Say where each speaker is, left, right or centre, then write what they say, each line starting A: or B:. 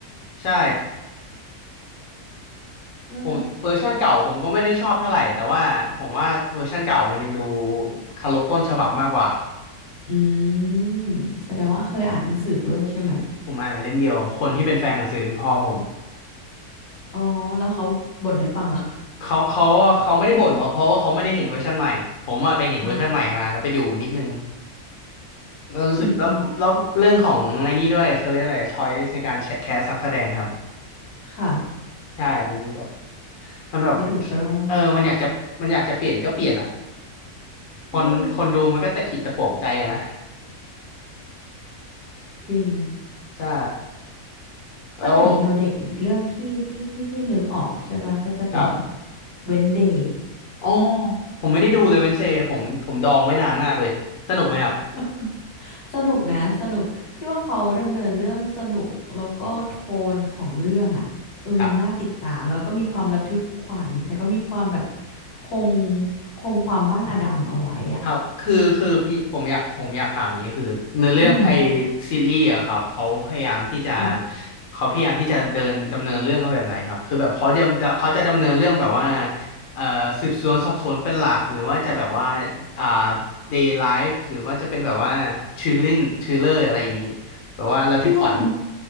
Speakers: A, on the left; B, on the left.
A: ใช่
B: <laughs> เอ้ย
A: ผมเวอร์ชันเก่าผมก็ไม่ได้ชอบเท่าไหร่แต่ว่าผมว่าเวอร์ชันเก่ามันยังดูเคารพต้นฉบับมากกว่า
B: อืมแสดงว่าเคยอ่านหนังสือด้วยใช่ไหม
A: ผมอ่านไปเล่มเดียวคนที่เป็นแฟนหนังสือคือพ่อผม
B: อ๋อแล้วเขาบ่นให้ฟังเหรอ
A: เขาเขาเขาไม่ได้บ่นเพราะเพราะว่าเขาไม่ได้เห็นเวอร์ชันใหม่ผมอะไปเห็นเวอร์ชันใหม่มาแล้วไปดูนิดนึง
B: <laughs> อ่า
A: เรารู้สึกแล้วแล้วเรื่องของไอ้นี่ด้วยคือเรื่องอะไรช้อยส์ในการแชะแคสนักแสดงครับ
B: อืมอืมค่ะ
A: ใช่มันแบบมันแบบ
B: ไม่ถูกต้อง
A: เออมันอยากจะมันอยากจะเปลี่ยนก็เปลี่ยนอ่ะคนคนดูมันก็ตะขิดตะขวงใจอะนะ
B: เออจริง
A: ใช่แล้ว
B: ถ้าหนังแนวเด็กอีกเรื่องที่ที่ที่พี่นึกออกใช่ป่ะก็จะเป็น
A: ครับ
B: Wednesday
A: อ๋อผมไม่ได้ดูเลยเวนเซผมผมดองไว้นานมากเลยสนุกไหมครับ
B: <laughs> สนุกนะสนุกพี่ว่าเขาดำเนินเรื่องสนุกแล้วก็โทนของเรื่องอ่ะเออมันน่าติดตามแล้วก็มีความระทึกขวัญแต่ก็มีความแบบ
A: ครับ
B: คงคงความบ้านอดัมเอาไว้อ่ะ
A: ครับคือคือพี่ผมอยากผมอยากถามอย่างนี้คือเนื้อเรื่องไอ
B: อืม
A: ซีรีส์อะครับเขาพยายามที่จะ
B: อ่ะ
A: เขาพยายามที่จะเดินดำเนินเรื่องแบบไหนครับคือแบบเขาจะเขาจะดำเนินเรื่องแบบว่าเอ่อสืบสวนสอบสวนเป็นหลักหรือว่าจะแบบว่าอ่า day life หรือว่าจะเป็นแบบว่า thrilling thriller อะไรอย่างนี้แบบว่าระทึกขวัญ
B: พี่ว่ามัน